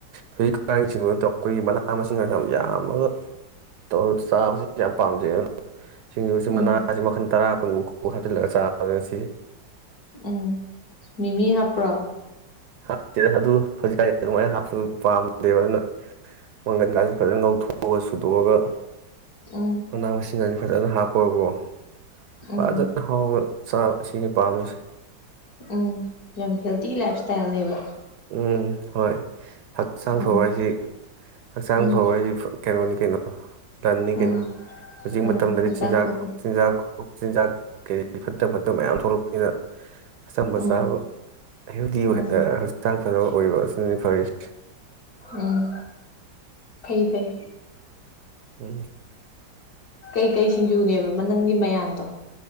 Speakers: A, on the right (about 70°); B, on the left (about 55°).
A: ꯍꯧꯖꯤꯛ ꯀꯛꯥꯡꯤꯡ ꯇꯧ ꯑꯩꯈꯣꯏꯒꯤ ꯃꯅꯥ ꯃꯁꯤꯡꯒ ꯌꯥꯝ ꯌꯥꯝꯃꯒ ꯇꯧꯔꯒ ꯆꯥꯕꯁꯤ ꯌꯥꯝ ꯄꯥꯝꯖꯩ ꯑꯗꯨ ꯁꯤ
B: ꯎꯝ
A: ꯃꯅꯥꯁꯤ ꯃꯈꯜ ꯇꯥ ꯀꯨꯟꯃꯨ ꯍꯥꯞꯆꯤꯜꯂꯒ ꯆꯥ ꯑꯗꯨ ꯁꯤ
B: ꯎꯝ ꯃꯤꯃꯤ ꯍꯥꯞꯄ꯭ꯔꯣ
A: ꯍꯥꯔ ꯑꯗꯨ ꯐ ꯍꯥ ꯑꯗꯨ ꯄꯥꯝꯗꯦꯕ ꯑꯗꯨꯅ ꯃꯪꯒꯟ ꯀꯥꯁꯦ ꯐꯖꯅ ꯉꯧꯊꯣꯛꯑ ꯊꯑꯒ ꯁꯨꯗꯣꯛꯑꯒ
B: ꯎꯝ
A: ꯃꯅꯥ ꯃꯁꯤꯡ ꯑꯅꯤ ꯐꯖꯅ ꯍꯥꯞꯄ ꯍꯣꯏꯕꯣ
B: ꯎꯝ
A: ꯐꯖꯅ ꯍꯥꯎꯕ ꯆꯥꯕ ꯁꯤꯅꯤ ꯄꯥꯝꯃꯤꯁꯦ
B: ꯎꯝ ꯌꯥꯝ ꯍꯦꯜꯗꯤ ꯂꯥꯏꯞ ꯏꯁꯇꯥꯏꯜꯅꯦꯕ
A: ꯎꯝ ꯍꯣꯏ ꯍꯛꯆꯥꯡ
B: ꯎꯝ
A: ꯐꯕ ꯍꯥꯏꯁꯤ ꯍꯛꯆꯥꯡ
B: ꯎꯝ
A: ꯐꯕ ꯍꯥꯏꯁꯤ ꯀꯩꯅꯣꯅꯤ ꯀꯣ ꯂꯟꯅꯤ
B: ꯎꯝ
A: ꯀꯩꯅꯣ ꯍꯧꯖꯤꯛ
B: ꯎꯝ
A: ꯃꯇꯝꯗꯗꯤ
B: ꯍꯛꯆꯥꯡ
A: ꯆꯤꯔꯥꯛ
B: ꯐꯕꯅꯤ
A: ꯆꯤꯔꯥꯛ ꯆꯤꯟꯖꯥꯛ ꯀꯔꯤ ꯐꯠꯇ ꯐꯠꯇꯕ ꯃꯌꯥꯝ ꯊꯣꯛꯂꯛꯄꯅꯤꯅ ꯁꯝꯕꯁꯗꯤ
B: ꯎꯝ
A: ꯐꯖꯕ
B: ꯎꯝ
A: ꯑꯣꯏꯕ ꯅꯤ ꯐꯔꯁ
B: ꯎꯝ ꯐꯩ ꯐꯩ
A: ꯎꯝ
B: ꯀꯩꯀꯩ ꯁꯤꯡꯖꯨꯅꯦꯕ ꯅꯪꯒꯤ ꯃꯌꯥꯗꯣ